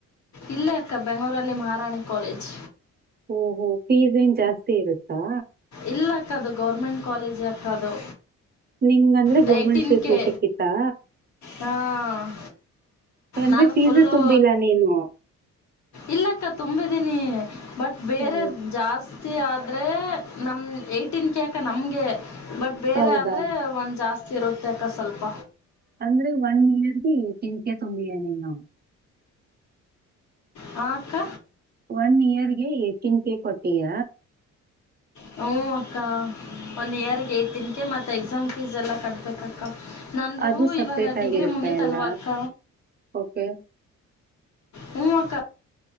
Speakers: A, on the left (about 70°); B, on the right (about 35°).
A: ಇಲ್ಲೇ ಅಕ್ಕ ಬೆಂಗಳೂರಲ್ಲಿ ಮಹಾರಾಣಿ ಕಾಲೇಜ್
B: ಓಹೋ ಫೀಸ್ ಏನ್ ಜಾಸ್ತಿ ಇರುತ್ತಾ?
A: ಇಲ್ಲಾಕ್ಕ ಅದು ಗೌರ್ಮೆಂಟ್ ಕಾಲೇಜೆ ಅಕ್ಕ ಅದು.
B: ನಿಂಗಂದ್ರೆ
A: ಟೈಟಿನ್
B: ಗೌರ್ಮೆಂಟ್ ಸೀಟ್
A: ಕೆ
B: ಸಿಕ್ಕಿತ್ತಾ
A: ಹಾಂ
B: ಅಂದ್ರೆ
A: ನಾನು
B: ಫೀಸೇ
A: ಫುಲ್ಲು
B: ತುಂಬಿಲ್ಲ ನೀನು
A: ಇಲ್ಲಕ್ಕ ತುಂಬಿದೀನಿ. ಬಟ್ ಬೇರೇರ್
B: ಹೌ-
A: ಜಾಸ್ ತಿ ಆದ್ರೆ ನಮ್ ಏಟಿನ್ ಕೆಕ ನಮ್ಗೆ. ಬಟ್ ಬೇರೆ
B: ಹೌದಾ
A: ಆದ್ರೆ ಒಂದ್ ಜಾಸ್ತಿ ತಿರುತ್ತೆಕ್ಕ ಸ್ವಲ್ಪ.
B: ಅಂದ್ರೆ ಒನ್ ಇಯರ್ಗೆ ಕೆನ್ಕ ತುಂಬಿಯೇನೆ ನಾ.
A: ಹಾ ಅಕ್ಕ.
B: ಒನ್ ಇಯರ್ಗೆ ಏಟಿನ್ ಕೆ ಕೊಟ್ಟೀಯ.
A: ಹು ಅಕ್ಕ ಒನ್ ಇಯರ್ಗ್ ಏಟಿನ್ಗೆ ಮತ್ ಎಕ್ಸಾಮ್ ಫೀಸ್ ಎಲ್ಲಾ ಕಟ್ಬೇಕ್ ಅಕ್ಕ. ನಂದು
B: ಅದು ಸಪ್ರೇಟ್
A: ಇವಾಗ ಡಿಗ್ರಿ
B: ಆಗಿರುತ್ತಾ
A: ಮುಗೀತಲ್ವ
B: ಎಲ್ಲ
A: ಅಕ್ಕ.
B: ಓಕೆ
A: ಹು ಅಕ್ಕ.